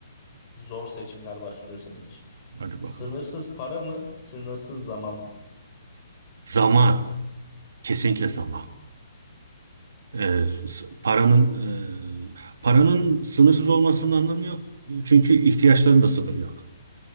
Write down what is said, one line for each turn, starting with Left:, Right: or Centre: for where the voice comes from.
Left: Zor seçimler başlıyor senin için.
Right: Hadi
Left: Sınırsız
Right: bakalım.
Left: para mı? Sınırsız zaman mı?
Right: Zaman, kesinlikle zaman. E, s- paranın e, paranın sınırsız olmasının anlamı yok. Çünkü ihtiyaçların da sınırı yok.